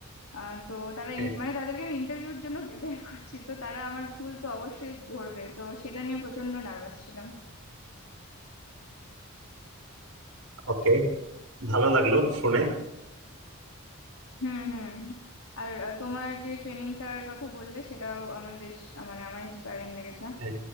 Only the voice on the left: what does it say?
আহ তো তারা
ইন- মানে তাদেরকে আমি ইন্টারভিউর জন্য <laughs> প্রিপেয়ার করছি তো তারা আমার ভুল তো অবশ্যই ধরবে তো সেটা নিয়ে প্রচন্ড নার্ভাস ছিলাম
হুম হুম আর আহ, তোমার যে ট্রেনিংটার কথা বললে সেটাও আমি বেশ আহ, মানে আমার ইন্সপায়ারিং লেগেছে